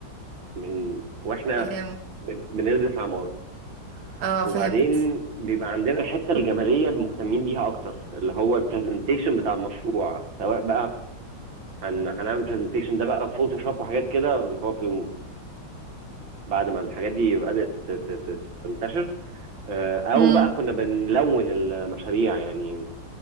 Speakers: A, on the right (about 85°); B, on the right (about 60°).
A: من واحنا
B: فهمت
A: بن- بندرس عمارة
B: اه
A: وبعدين
B: فهمت
A: بيبقى عندنا الحتة الجمالية مهتمين بيها أكتر اللي هو البرزنتيشن بتاع المشروع سواء بقى هن... هنعمل برزنتيشن ده بقى فوتوشوب وحاجات كده اللي هو في الم... بعد ما الحاجات دي بدأت ت- ت- ت- تنتشر آه، أو
B: امم
A: بقى كنا بنلون المشاريع يعني